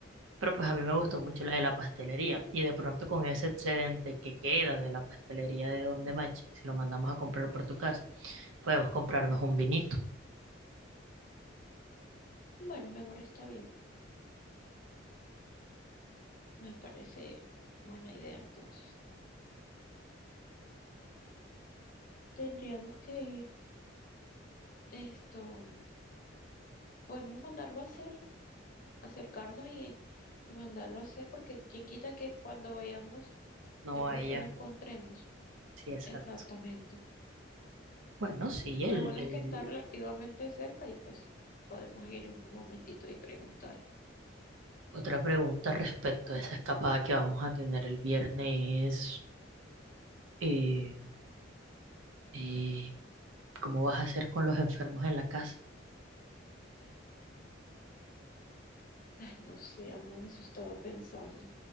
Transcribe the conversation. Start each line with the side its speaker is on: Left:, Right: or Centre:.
Right: Pero pues a mí me gustó mucho la de la pastelería. Y de pronto con ese excedente que queda de la pastelería de Don de Machi, si lo mandamos a comprar por tu casa, podemos comprarnos un vinito.
Left: Bueno, mi amor, está bien. Me parece buena idea entonces. Tendríamos que ir, esto, podemos mandarlo a hacer, acercarnos y, y mandarlo a hacer, porque quien quita que cuando vayamos
Right: No,
Left: de pronto
Right: a ella.
Left: no encontremos
Right: Sí, exacto.
Left: exactamente.
Right: Bueno, sí, el,
Left: Lo bueno
Right: el-
Left: es que está relativamente cerca y pues podemos ir en un momentito y preguntar.
Right: otra pregunta respecto a esa escapada que vamos a tener el viernes es, eh, eh, ¿cómo vas a hacer con los enfermos en la casa?
Left: Ay, no sé, amor, eso estaba pensando.